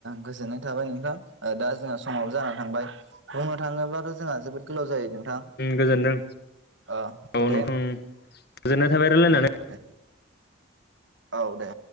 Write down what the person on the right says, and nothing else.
गोजोननाय थाबाय नोंथां दा जोंहा समाव जा थांबाय बुंनो थाङोब्लाथ' जोंहा जोबोद गोलाव जायो नोंथां
ओ
दे
द औ दे